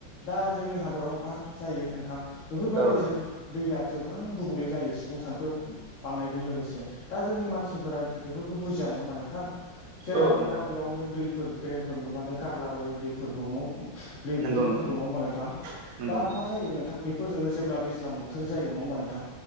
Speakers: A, on the left; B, on the right.
A: दा जोंनि हादोराव मा जायो नोंथां बेफोरबायदि
B: नंगौ औ नोंथां
A: जों दैया जोबों गुबुंले जायो सुबुं सानखो बांनायजों लोगोसे दा जोंनि मानसिफोरा बेफोरखौ बुजिया नङा होमबा नों जेराव
B: औ
A: मेराव
B: नोंथां
A: बेयावनो दैफोर द्रेनफोर नुबानो गारलाबायो दैफोरखौ न' दै
B: नंगौ
A: बथलफोरखौ
B: नोंथां
A: नङा होमबा नोंथां
B: नंगौ
A: दा
B: नोंथां
A: मा जायो नोंथां बे फोरजोंनो जेब्ला दैज्लां बोथोर जायो नङा होमबा नोंथां